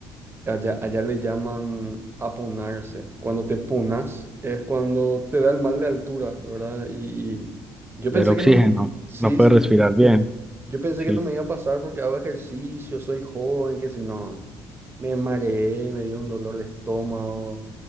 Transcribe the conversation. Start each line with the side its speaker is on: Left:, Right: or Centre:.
Right: Allá, allá le llaman apunarse. Cuando te punas es cuando te da el mal de altura, ¿verdad? Y, y yo
Centre: del
Right: pensé
Centre: oxígeno.
Right: que no... me- Sí,
Centre: No puedes
Right: sí.
Centre: respirar bien.
Right: Yo pensé que
Centre: Sí.
Right: no me iba a pasar porque hago ejercicio, soy joven, que si no. Me mareé, me dio un dolor de estómago,